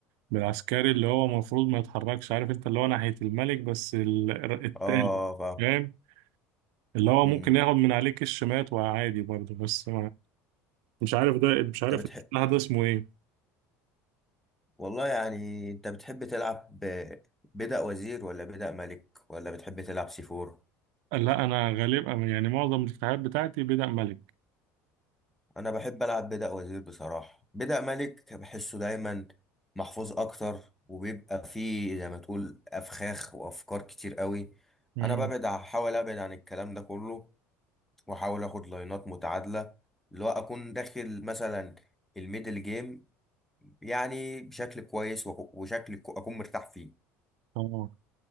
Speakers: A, on the right; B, in the centre.
A: بالعسكري اللي هو المفروض ما يتحركش عارف انت اللي هو ناحيه الملك بس ال- التالي
B: اه
A: فاهم اللي هو
B: امم
A: ممكن ياخد من عليك الشمات وعادي برضه بس مش عارف ده مش عارف
B: انت بتحب
A: الافتتاح ده اسمه ايه
B: والله يعني انت بتحب تلعب ب- بدأ وزير ولا بدأ ملك ولا بتحب تلعب سي فور
A: لا انا غالبا يعني معظم الافتتاحات بتاعتي بدأ ملك
B: انا بحب العب بدأ وزير بصراحة بدأ ملك بحسه دايما محفوظ اكتر وبيبقى فيه زي ما تقول افخاخ وافكار كتير قوي
A: امم
B: انا ببعد احاول ابعد عن الكلام ده كله واحاول اخد لاينات متعادلة اللي هو اكون داخل مثلا الميدل جيم يعني بشكل كويس وك- وشكل ك- اكون مرتاح فيه
A: اه